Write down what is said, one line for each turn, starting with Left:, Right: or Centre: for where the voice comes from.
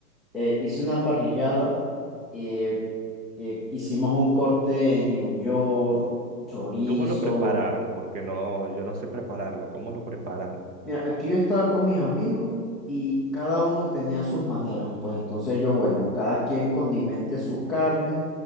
Centre: eh, hice una parrillada. eh, eh, hicimos un corte de New York, chorizo.
Right: ¿Cómo lo prepararon? Porque no, yo no sé prepararlo. ¿Cómo lo preparan?
Centre: Mira, aquí yo estaba con mis amigos y cada uno tenía sus maneras. Pues entonces yo, bueno, cada quien condimente su carne